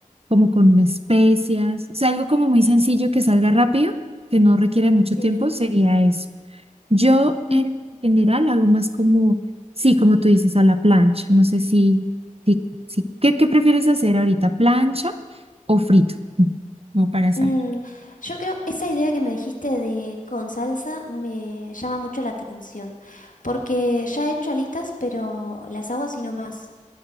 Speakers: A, on the right (about 45°); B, on the left (about 75°).
A: como con especias, o sea, algo como muy sencillo que salga rápido, que no requiere mucho
B: Sí.
A: tiempo, sería eso. Yo en
B: Mm,
A: general hago más como, sí, como tú dices, a la plancha. No sé si, si, si- ¿qué, qué prefieres hacer ahorita, plancha o frito? Como para saber.
B: mm, yo creo, esa idea que me dijiste de con salsa me llama mucho la atención, porque ya he hecho alitas, pero las hago así nomás.